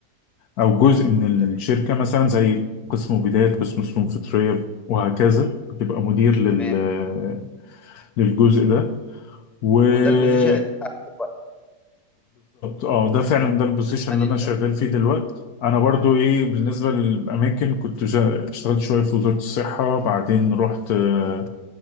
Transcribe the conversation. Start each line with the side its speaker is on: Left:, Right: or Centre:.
Left: او جزء من
Centre: تمام
Left: الشركه مثلا زي قسم بدايات قسم فنون فطريه وهكذا بتبقى مدير لل
Centre: تمام
Left: للجزء ده وبالظبط
Centre: وده البوزيشن اللي انت عارفه دلوقتي
Left: اه ده فعلا ده البوزيشن
Centre: مانجر
Left: اللي انا شغال فيه دلوقتي انا برضو ايه بالنسبه
Centre: كويس
Left: للاماكن كنت جا- اشتغلت شويه في وزاره الصحه بعدين رحت آه،